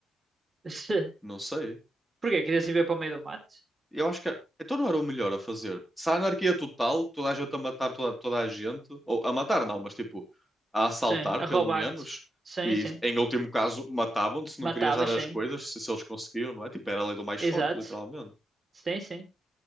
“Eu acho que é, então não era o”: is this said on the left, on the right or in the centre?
Centre